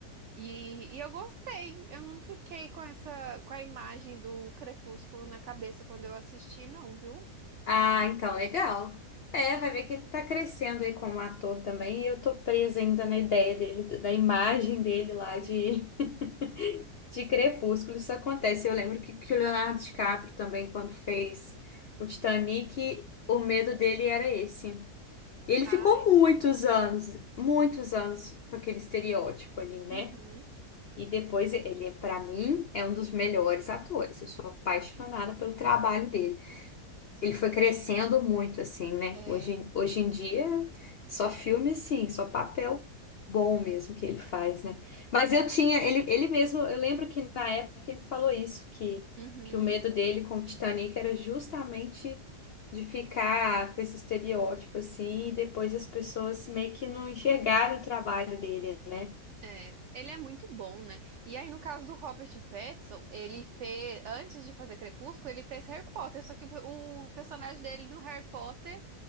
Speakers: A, on the right; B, on the left.
A: E, e eu gostei. Eu não fiquei com essa, com a imagem do crepúsculo na cabeça quando eu assisti, não, viu?
B: Ah, então, legal. É, vai ver que ele tá crescendo aí como ator também. E eu tô presa ainda na ideia dele, da imagem dele lá
A: Sim.
B: de, <laughs> de Crepúsculo. Isso acontece. Eu lembro que, que o Leonardo DiCaprio também, quando fez o Titanic, o medo dele era esse. Ele
A: Ah,
B: ficou
A: é.
B: muitos anos, muitos anos com aquele estereótipo ali, né?
A: Uhum.
B: E depois ele, pra mim, é um dos melhores atores. Eu sou apaixonada pelo trabalho dele.
A: Sim.
B: Ele foi crescendo muito, assim, né?
A: É,
B: Hoje, hoje em dia, só filme, assim, só papel bom
A: sim.
B: mesmo que ele faz, né? Mas eu tinha, ele, ele mesmo, eu lembro que na época ele falou isso, que,
A: Uhum.
B: que o medo dele com o Titanic era justamente de ficar com esse estereótipo, assim, e depois as pessoas meio que não enxergaram o trabalho dele, né?
A: É. Ele é muito bom, né? E aí, no caso do Robert Pattinson, ele fez, antes de fazer Crepúsculo, ele fez Harry Potter, só que o, o personagem dele no Harry Potter